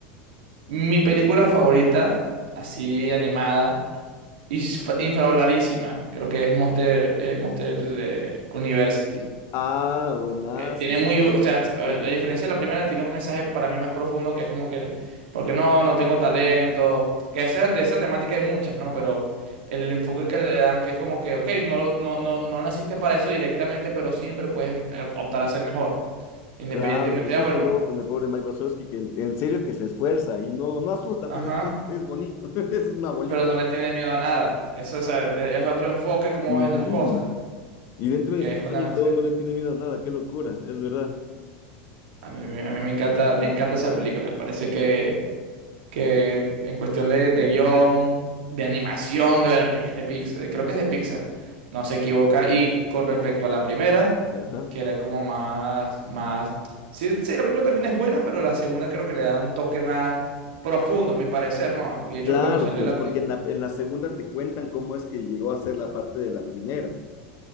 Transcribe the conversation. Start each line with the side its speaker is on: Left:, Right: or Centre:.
Right: mi película favorita, así animada, y infravaloradísima, creo que es Monster, eh, Monster eh, University.
Left: Ah, buenazo,
Right: eh, tiene
Left: sí,
Right: muy, o
Left: o sea,
Right: sea, a
Left: claro,
Right: a diferencia de la primera, tiene un mensaje para mí más profundo que es como que, porque no, no tengo talento, que esa- de esa temática hay muchas, ¿no? Pero el enfoque que le dan, que es como que, ok, no, lo- no, no, no naciste para eso directamente, pero siempre puedes em, eh, optar a ser mejor, independientemente
Left: claro, pues
Right: de,
Left: sí
Right: ah,
Left: es
Right: bueno,
Left: el huevo con el pobre Mike Wazowski, que en serio que se esfuerza y no, no asusta,
Right: ajá,
Left: pues es, es, es bonito, <laughs> es una bolita.
Right: pero no le tiene miedo a nada. Eso, o sea, e- e, es otro enfoque, cómo
Left: Ujú.
Right: ves las cosas,
Left: Y dentro
Right: que
Left: de su
Right: es
Left: tamaño
Right: una,
Left: y
Right: o
Left: todo,
Right: sea,
Left: no le tiene miedo a nada, qué locura, es verdad.
Right: a mí, me- a mí me encanta, me encanta esa película, me parece que que en cuestión de, de guión, de animación, de, bueno, es de Pixar, creo que es de Pixar, no se equivoca. Y con respecto a la primera,
Left: Creo que- ajá.
Right: que era como más, más, sí, sí, la primera también es buena, pero la segunda creo que le da un toque más profundo, a mi parecer, ¿no? Y de hecho
Left: Claro,
Right: cuando salió
Left: pues,
Right: la película,
Left: porque en la, en la segunda te cuentan cómo es que llegó a ser la parte de la primera.